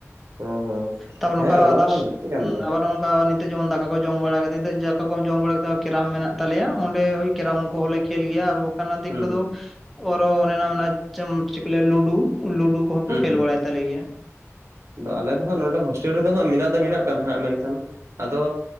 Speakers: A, on the right (about 60°); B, in the centre.
A: ᱦᱩᱸ ᱦᱩᱸ
B: ᱛᱯᱚᱨ <unintelligible>
A: ᱦᱮᱸ
B: ᱱᱚᱠᱚ
A: ᱚᱱᱟ
B: ᱟᱫᱟᱨᱥ
A: ᱠᱚᱦᱚᱸ ᱞᱟᱹᱠᱛᱤ ᱠᱟᱱ ᱜᱮᱭᱟ
B: ᱟᱵ᱾ ᱠᱟ ᱱᱤᱛᱚᱜ ᱡᱮᱢᱚᱱ ᱫᱟᱠᱟ ᱠᱚ ᱡᱚᱢ ᱵᱟᱲᱟ ᱠᱟᱛᱮᱫ ᱱᱤᱛᱚᱜ ᱫᱟᱠᱟ ᱠᱚ ᱡᱚᱢ ᱵᱟᱲᱟ ᱠᱟᱛᱮᱫ ᱠᱮᱨᱟᱢ ᱢᱮᱱᱟᱜ ᱛᱟᱞᱮᱭᱟ ᱚᱸᱰᱮ ᱳᱭ ᱠᱮᱨᱟᱢ ᱠᱚᱦᱚᱸ ᱞᱮ ᱠᱷᱮᱞ ᱜᱮᱭᱟ ᱫᱤᱠᱩᱫᱚᱚ
A: ᱦᱩᱸ ᱦᱩᱸ
B: ᱚᱱᱮ <unintelligible> ᱪ ᱞᱟᱹᱭᱟ ᱞᱩᱰᱩ ᱞᱩᱰᱩ᱾ ᱦᱚᱠᱚ
A: ᱦᱩᱸ
B: ᱠᱷᱮᱞ
A: ᱦᱩᱸ
B: ᱵᱟᱲᱟᱭ ᱛᱟᱞᱮ ᱜᱮᱭᱟ᱾
A: ᱟᱫᱚ ᱟᱞᱮ ᱫᱚ ᱦᱟᱸᱜ ᱱᱚᱰᱮ ᱦᱳᱥᱴᱮᱞ ᱨᱮᱫᱚ ᱦᱟᱸᱜ ᱢᱮᱱᱟᱜ ᱫᱚ ᱢᱮᱱᱟᱜ ᱠᱟᱫᱟ ᱦᱟᱸᱜ ᱢᱮᱱᱠᱷᱟᱱ ᱟᱫᱚ᱾